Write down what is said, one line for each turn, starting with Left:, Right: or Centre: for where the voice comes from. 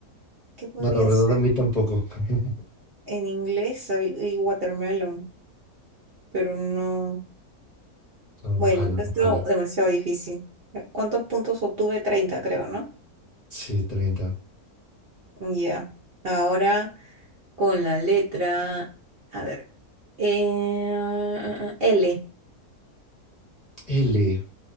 Right: ¿Qué podría
Left: No, la verdad
Right: ser?
Left: a mí tampoco. <laughs>
Right: En inglés sabía watermelon, pero no.
Left: No,
Right: Bueno,
Left: no jala,
Right: está
Left: no jala.
Right: demasiado difícil. ¿Cuántos puntos obtuve? treinta creo, ¿no?
Left: Sí, treinta.
Right: Ya. Ahora con la letra. A ver. eh, L.
Left: L.